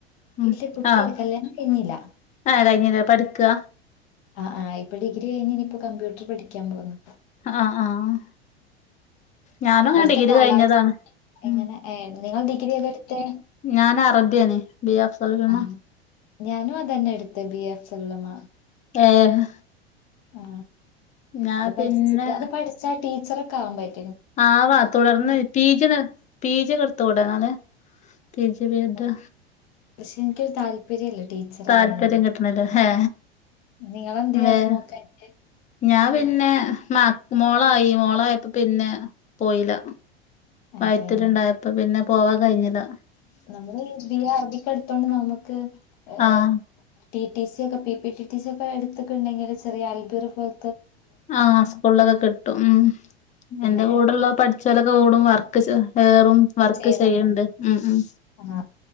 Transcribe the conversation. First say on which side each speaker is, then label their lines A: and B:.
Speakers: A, on the left; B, on the left.
A: ഉം
B: ഇല്ല കുട്ടില്ല
A: ആഹ്
B: കല്യാണം കഴിഞ്ഞില്ല
A: ആഹ് കഴിഞ്ഞില്ലേ പഠിക്കാ
B: അ ആ ഇപ്പ ഡിഗ്രി കയിഞ്ഞിനി ഇപ്പൊ കമ്പ്യൂട്ടർ പഠിയ്ക്കാൻ പോകുന്നു
A: ആഹ് ആഹ് ഞാനും അങ്ങനെ
B: അവ്ടത്ത
A: ഡിഗ്രി
B: കാലവസ്
A: കഴിഞ്ഞതാണ്
B: എങ്ങനെ
A: ഉം
B: ഏ നിങ്ങൾ ഡിഗ്രി ഏതാ ഇട്ത്തെ
A: ഞാൻ അറബിയാണ് ബി എ അഫ്സൽ ഉലമ
B: ആഹ് ഞാനും അതന്നെ ഇട്ത്തത് ബി എഫ് സല്ല മാ
A: ഏഹ്
B: ആ
A: ഞാൻ
B: അത് പഠിച്ചിട്ട്
A: പിന്നെ
B: അത് പഠിച്ചാ ടീച്ചറൊക്കെ ആവാൻ പ
A: ആവാ തുടർന്ന് പീ ജി യൊന്ന് പീ ജി യൊക്കെ ഇട്ത്തൂടെ ഇന്നാല് പീ ജി ബി എഡ്
B: ഉം. പക്ഷെ എനിക്കൊരു താല്പര്യമല്ല ടീച്ചറാവുന്നതിന്
A: താല്പര്യം കിട്ട്ണില്ലെ ഹേ
B: നിങ്ങളെന്തേ
A: വേം
B: അത് നോക്കാനിട്ട്
A: ഞാൻ പിന്നെ മ മോളായി മോളയപ്പോ പിന്നെ പോയില
B: അതെയോ
A: വയറ്റിലുണ്ടായപ്പം പിന്നെ പോവാൻ കഴിഞ്ഞിലാ
B: നമ്മള് ബി അറബിക്കാ എടുത്തോണ്ട് നമുക്ക് ഏ
A: ആഹ്
B: ടി ടി സി ഒക്കെ പി ടി ടി സി ഒക്കെ എടുത്തിട്ടുണ്ടെങ്കിൽ ചെറിയ അൽബിർ പോല
A: ആ സ്കൂളിലൊക്കെ കിട്ടും ഉം
B: പിന്നെ
A: എന്റെ കൂടെള്ള പഠിച് <unintelligible> വർക്ക് ച് ഏറും വർക്ക്
B: ചെയ്യുന്നുണ്ടൊ
A: ചെയ്യണ്ട് ഉം ഉം
B: ആ